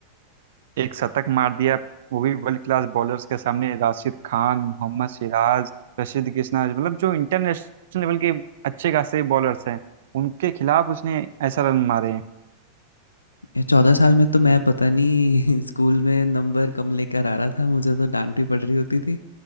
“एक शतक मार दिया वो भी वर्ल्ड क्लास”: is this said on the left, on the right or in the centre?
Right